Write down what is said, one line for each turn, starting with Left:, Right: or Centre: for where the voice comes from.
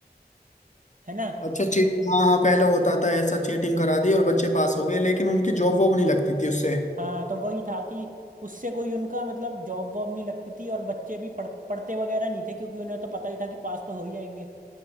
Right: है ना
Left: अच्छा चीट हाँ हाँ पहले होता था ऐसा चीटिंग करा दी और बच्चे पास हो गए लेकिन उनकी जॉब वॉब नहीं लगती थी उससे
Right: हाँ तो वही था कि उससे कोई उनका मतलब जॉब वॉब नहीं लगती थी और बच्चे भी पढ़ पढ़ते वगैरह नहीं थे क्योंकि उन्हें तो पता ही था कि पास तो हो ही जाएंगे